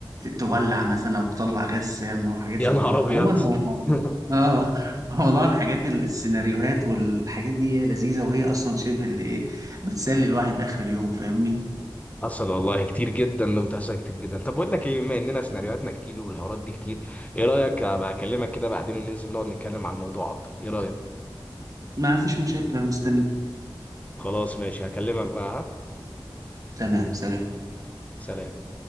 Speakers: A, on the right; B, on the left.
A: تولع مثلا او تطلع غاز سام او حاجات
B: يا
A: زي
B: نهار
A: كده
B: ابيض
A: عموما هو
B: <laughs>
A: اه موضوع الحاجات ال- السيناريوهات والحاجات دي لذيذة وهي أصلا شبه اللي إيه بتسلي الواحد آخر اليوم فاهمني
B: حصل والله كتير جدا لو بتحصل كتير جدا طب بقول لك ايه بما اننا سيناريوهاتنا كتير والحوارات دي كتير ايه رايك ابقى اكلمك كده بعدين وننزل نقعد نتكلم عن الموضوع اكتر ايه رايك
A: ما فيش مشاكل أنا مستنيك
B: خلاص ماشي هكلمك بقى ها
A: تمام سلام
B: سلام